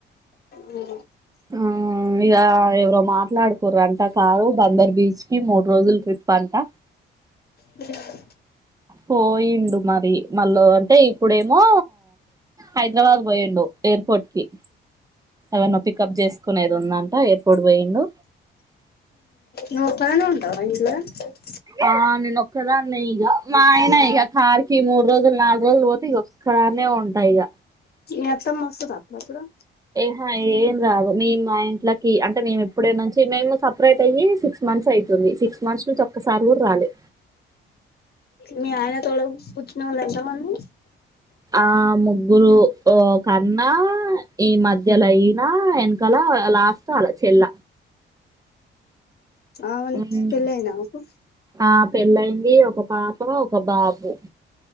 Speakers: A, on the left; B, on the right.
A: ఉ
B: ఆ ఇక ఎవరో మాట్లాడుకోర అంటా కారు బందర్ బీచ్ కి మూడు రోజులు ట్రి <unintelligible>
A: ధన్యవా
B: పోయిండు మరి మళ్ళ అంటే ఇప్పుడేమో హైదరాబాద్ పోయండు ఎయిర్పోర్ట్కి ఎవరినో పికప్ చేసుకునేది ఉందంట ఎయిర్పోర్ట్ పోయిండు
A: నువ్వు ఒక్కదనివే <unintelligible>
B: ఆ నేను ఒక్కదానే <unintelligible> మా ఆయన ఇక కార్కి మూడు రోజులు నాలుగు రోజులు పోతే ఇక ఒక్కదా ఉంటా ఇగ
A: మీ అత్తమ్మ వస్తాద అపుడుప్పుడు
B: హా ఏం రాదు మీ మా ఇంట్లకి అంటే మేము ఎప్పుడే నుంచి మిని సపరేట్ అయ్యి సి మంత్స్ అయితుంది సిక్స్ మంత్స్ నుంచి ఒక్కసారి కూడ రాలే
A: మీ ఆయనా తోడ పుట్టినోళ్లు ఎంత మంది
B: ఆ ము గ్గురు ఓకన్నా ఈ మధ్యల అయినా వెనకాల లాస్ట్ వాళ్ళ చెల్ల
A: అవును
B: ఉమ్
A: పెళ్లి అయ్యిందా ఆమేకు
B: ఆ పెళ్ళయింది ఒక పాప ఒక బాబు